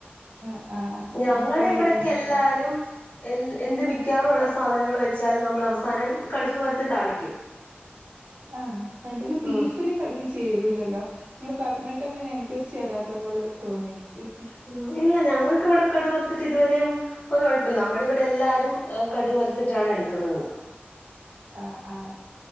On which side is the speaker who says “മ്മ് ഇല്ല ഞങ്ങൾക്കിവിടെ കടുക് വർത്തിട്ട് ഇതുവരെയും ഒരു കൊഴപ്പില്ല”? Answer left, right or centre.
Left